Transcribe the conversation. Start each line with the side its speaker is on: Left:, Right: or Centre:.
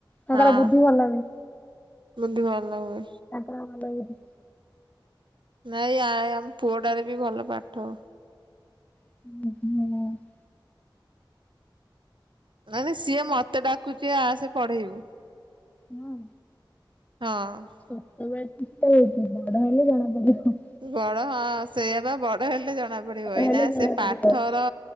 Left: ତାଙ୍କର
Right: ହଁ
Left: ବୁଦ୍ଧି ଭଲ ବି।
Right: ବୁଦ୍ଧି ଭଲ ହୁଏ।
Left: ତାଙ୍କର ଭଲ ବୁଦ୍ଧି।
Right: ନାଇଁ ଆ, ଆମ ପୁଅଟାର ବି ଭଲ ପାଠ।
Left: <unintelligible>
Right: ନାଇଁ ନାଇଁ ସିଏ ମୋତେ ଡାକୁଚି ଆସେ ପଢେଇବୁ।
Left: ହଁ।
Right: ହଁ।
Left: ଛୋଟବେଳେ <inaudible> ତ ଉଁ, ବଡ ହେଲେ ଜଣା ପଡିବ।
Right: ବଡ ହଁ ସେଇଆ ବା ବଡ ହେଲେ ଜଣା ପଡିବ। ଏଇନା
Left: ହେଲେ ଜଣା
Right: ସେ
Left: ପଡିବ।
Right: ପାଠର